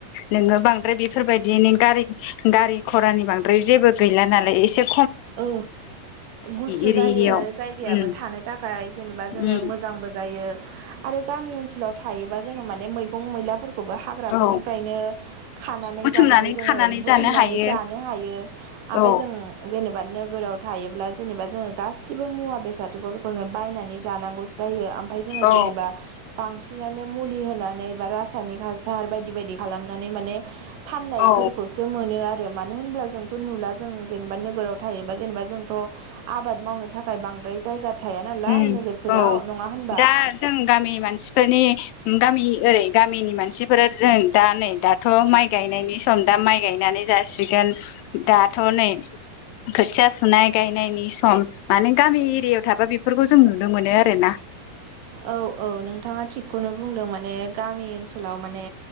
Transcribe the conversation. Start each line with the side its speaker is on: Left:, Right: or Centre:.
Left: नोङो बांद्राय बेफोर फोरबायदिनि गारि गारि खरानि बांद्राय जेबो गैला नालाय एसोर
Right: ओ गुसु
Left: एरियायाव
Right: जायो आरो जायगायाबो
Left: उम
Right: थानो थाखाय जेनेबा जोङो
Left: उम
Right: मोजांबो जायो आरो गामि ओनोलाव थायोबा जोङो माने मैगं मैलाफोरखौ फोर खौबो हाग्राफोरनिफ्रायनो
Left: औ
Right: खानानै
Left: बुथुमनानै
Right: जानानै जोङो
Left: खानानै
Right: बुथुमनानै
Left: जानो हायो
Right: जानो हायो आमफाय
Left: औ
Right: जों जेनेबा नोगोराव थायोब्ला जेनेबा जोङो गासिबो मुवा बेसादफोरखौनो बायनानै जानांगौ जायो ओमफाय जोङो
Left: औ
Right: जेनेबा बांसिन बिदिनानो मुलि होनानै बा रासायनिक हासार बायदि बायदि खालामनानै माने फाननायफोरखौसो
Left: औ
Right: मोनो आरो मानो होनब्ला जोंथ' नुला जों जेनेबा नो नोगोराव थायोबा जेनेबा जोंथ' आबाद मावनो थाखाय बांद्राय जायगा थाया नालाय
Left: उम
Right: नोगोरफोराव
Left: औ
Right: नङा होनबा
Left: दा जों गामि मानसिफोरनि गामि ओरै गामिनि मानसि बेफोर जों दा नै दाथ' माइ गायनायनि सम दा माइ गायनानै जासिगोन दाथ' थ'नै खोथिया फुनाय गायनायनि सम माने गामि एरियायाव थाबा बेफोर बेफोरखौ जों नुनो मोनो आरोना
Right: औ औ नोंथाङा थिगखौनो बुंदों माने गामि ओनसोलाव माने